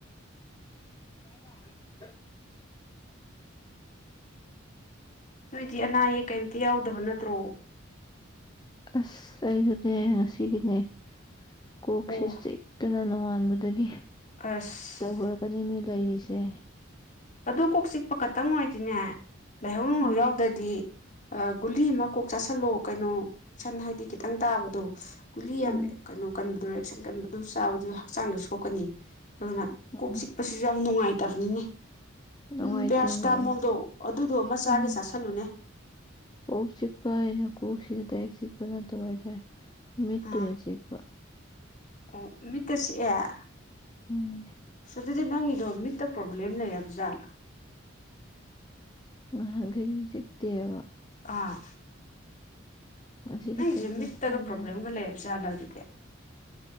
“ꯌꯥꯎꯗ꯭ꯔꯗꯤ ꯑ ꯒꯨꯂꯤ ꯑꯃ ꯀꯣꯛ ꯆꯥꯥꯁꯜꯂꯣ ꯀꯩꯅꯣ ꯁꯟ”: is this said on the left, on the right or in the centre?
Left